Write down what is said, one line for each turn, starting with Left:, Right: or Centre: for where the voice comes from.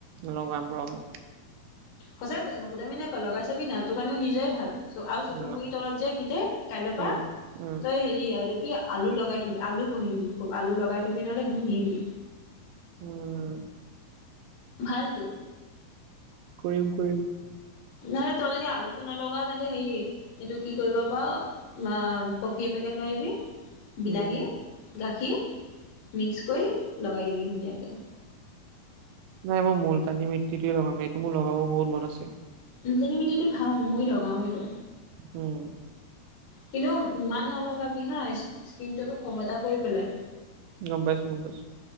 Right: লগাম ৰ' মই।
Left: সঁচাকে কৈছোঁ মই ফটুৱামি নাইকৰা লগাই চাবি না তোৰ কাৰণে নিজৰে ভাল। চ আৰু চকুৰ
Right: উম
Left: গুৰি তলত যে সেইখিনিতে কাইলৈৰ পৰা
Right: উম উম
Left: তই সেই সেই এইটো কি আলু লগাই থবি আলু ঘঁহিবি খুব আলু লগাই থবি নহ'লে ঘঁহিবি।
Right: উম।
Left: ভালটো।
Right: কৰিম কৰিম।
Left: নহ'লে তই যদি আলুটো নলগাৱ তেন্তে সেই এইটো কি কৰিব পাৰ অ কফি এপেকেট লৈ আহিবি। বিলাহী,
Right: উম
Left: গাখীৰ মিক্স কৰি লগাই দিবি ধুনীয়াকে।
Right: নাই মই মূলতানী মিটিটোৱে লগাম এইটো মোৰ লগাব বহুত মন আছে।
Left: মূলতানী মিটিটো ভাল ময়ো লগাওঁ সেইটো।
Right: উম।
Left: কিন্তু ইমান নলগাবি হা স্কি স্কিনটো আকৌ খহতা কৰি পেলাই।
Right: গম পাইছোঁ গম পাইছোঁ।